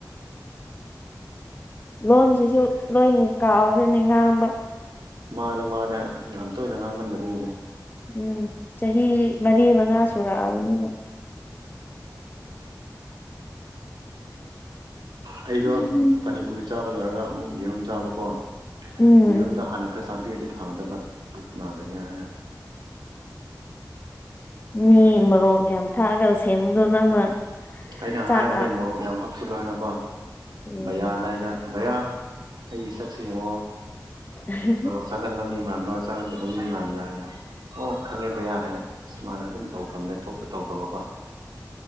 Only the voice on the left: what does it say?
ꯂꯣꯟꯁꯤꯁꯨ ꯂꯣꯏ ꯀꯥꯎꯈ꯭ꯔꯦꯅꯦ ꯉꯥꯡꯕ
ꯎꯝ ꯆꯍꯤ ꯃꯔꯤ ꯃꯉꯥ ꯁꯨꯔꯛꯑꯕꯅꯤꯅ
ꯎꯝ
ꯎꯝ
ꯃꯤ ꯃꯔꯣꯛ ꯌꯥꯝ ꯊꯥꯛꯑꯒ ꯁꯦꯝꯕꯗꯣ ꯅꯪꯅ
ꯆꯥꯛ
ꯎꯝ
ꯎ